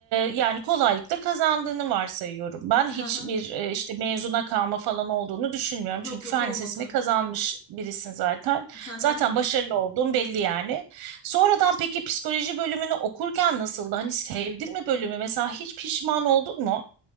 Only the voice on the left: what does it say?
Hı hı.
Yok
yok
olmadı.
Hı hı.